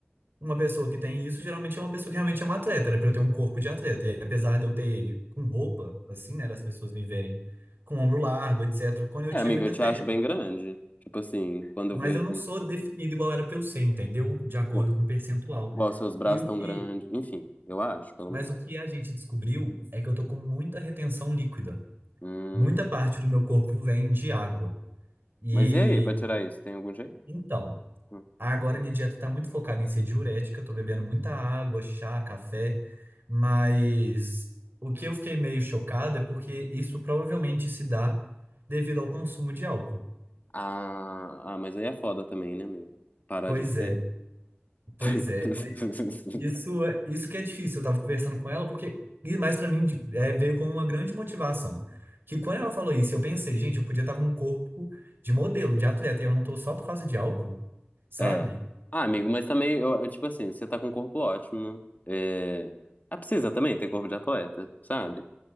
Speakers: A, on the right; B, on the left.
A: uma pessoa que tem isso geralmente é uma pessoa que realmente é um atleta, era pra eu ter um corpo de atleta. E apesar de eu ter ele com roupa, assim, né, das pessoas me verem com ombro largo, etc., quando eu
B: É,
A: tiro
B: amiga,
A: eu ainda
B: eu te
A: tenho.
B: acho bem grande. Tipo assim, quando
A: Mas
B: eu vejo,
A: eu não sou definido igual era pra eu ser, entendeu? De acordo
B: pô,
A: com o percentual.
B: ó, seus braços
A: E o
B: tão
A: que,
B: grandes. Enfim, eu acho, pelo
A: mas
B: menos.
A: o que a gente descobriu é que eu tô com muita retenção líquida.
B: Hum,
A: Muita parte do meu corpo vem de água. E
B: mas e aí, pra tirar isso, tem algum jeito?
A: então,
B: Hum.
A: Agora minha dieta tá muito focada em ser diurética, eu tô bebendo muita água, chá, café, mas o que eu fiquei meio chocado é porque isso provavelmente se dá devido ao consumo de álcool.
B: Ah, ah, mas aí é foda também, né, amigo? Parar
A: Pois
B: de beber.
A: é, pois
B: <laughs>
A: é, mas isso, é- isso que é difícil. Eu tava conversando com ela porque, e mais pra mim de- é, veio como uma grande motivação. Que quando ela falou isso, eu pensei, gente, eu podia estar com um corpo de modelo, de atleta, e eu não tô só por causa de álcool, sabe?
B: É. Ah, amigo, mas também, eu, eu, tipo assim, você tá com um corpo ótimo. É... Ah, precisa também ter corpo de atleta, sabe?